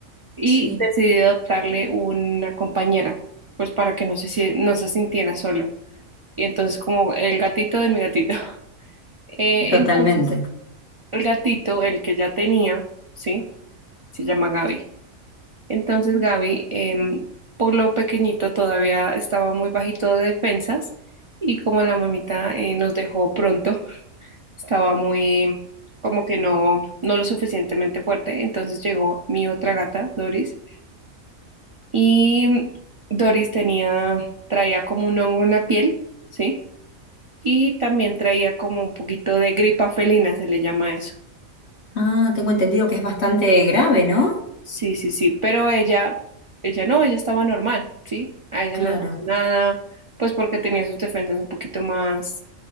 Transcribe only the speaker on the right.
Y
decidí adoptarle una compañera, pues para que no se, sie- no se sintiera solo. Y entonces como el gatito de mi gatito. <laughs> Eh,
entonces, el gatito, el que ya tenía, ¿sí? Se llama Gaby. Entonces Gaby, em, por lo pequeñito, todavía estaba muy bajito de defensas y como la mamita eh, nos dejó pronto, <laughs> estaba muy como que no, no lo suficientemente fuerte. Entonces llegó mi otra gata, Doris, y Doris tenía, traía como un hongo en la piel, ¿sí? Y también traía como un poquito de gripa felina, se le llama eso.
Sí, sí, sí, pero ella, ella no, ella estaba normal, ¿sí? A ella
no le pasó nada, pues porque tenía sus defensas un poquito más